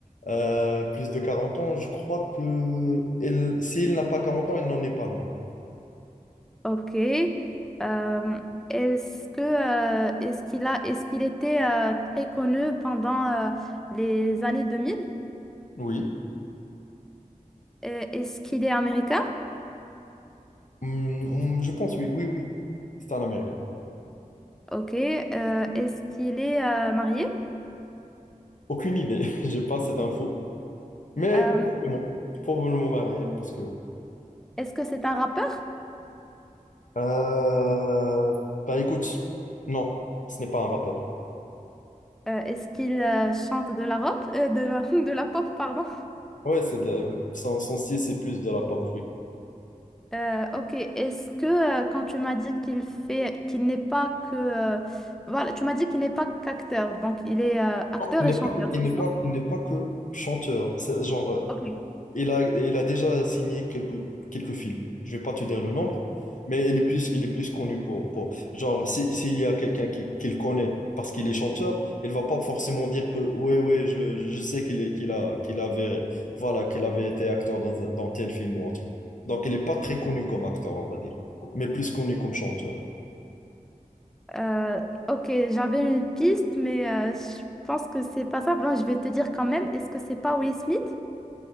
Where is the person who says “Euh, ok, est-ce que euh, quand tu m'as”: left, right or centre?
Centre